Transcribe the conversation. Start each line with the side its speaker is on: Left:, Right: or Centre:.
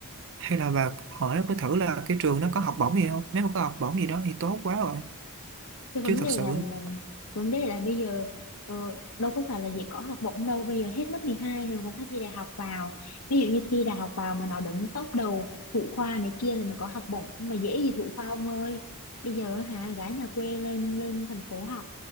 Right: hay là bà hỏi với thử là cái trường nó có học bổng gì không nếu mà có học bổng gì đó thì tốt quá rồi
Left: cái vấn
Right: chứ thật
Left: đề
Right: sự
Left: là, là vấn đề là bây giờ ờ, đâu có phải là chỉ có học bổng đâu bây giờ hết lớp 12 rồi còn phải thi đại học vào ví dụ như thi đại học vào mà nó đứng top đầu thủ khoa này kia thì mới có học bổng mà dễ gì thủ khoa ông ơi bây giờ hả gái nhà quê lên lên thành phố học